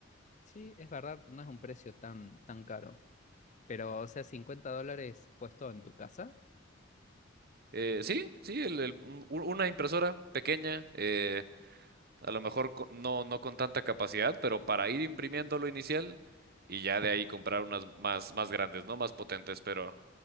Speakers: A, on the left; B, on the right.
A: Sí, es verdad, no es un precio tan, tan caro. Pero, o sea, 50 dólares puesto en tu casa.
B: Eh, sí, sí, el- el- un- una impresora pequeña, eh, A lo mejor co- no, no con tanta capacidad, pero para ir imprimiendo lo inicial y ya de ahí comprar unas más, más grandes, ¿no? Más potentes, pero